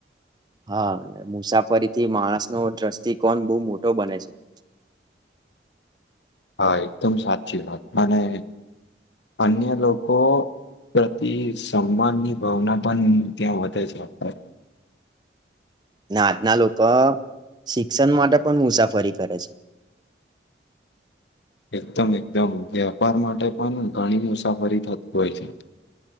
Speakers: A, on the right; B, on the left.
A: હા મુસાફરી થી માણસ નો દ્રષ્ટિકોણ બહુ મોટો બને છે. <inaudible>
B: હા એકદમ સાચી વાત મને અન્ય લોકો પ્રતિ સન્માનની ભાવના પણ ત્યાં વધે છે આપને.
A: આજના લોકો શિક્ષણ માટે પણ મુસાફરી કરે છે.
B: એકદમ એકદમ વેપાર માટે પણ ઘણી મુસાફરી થતી હોય છે.